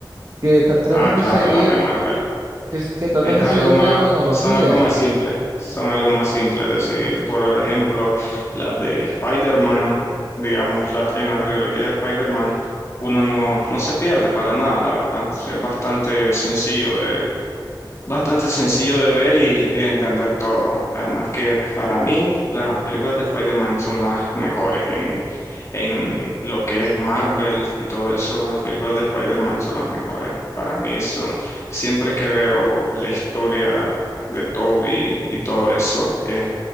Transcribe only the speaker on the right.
que ta- tratan
de
seguir,
que, es- que tratan
de
seguir una
cronología.
Mm,
mm.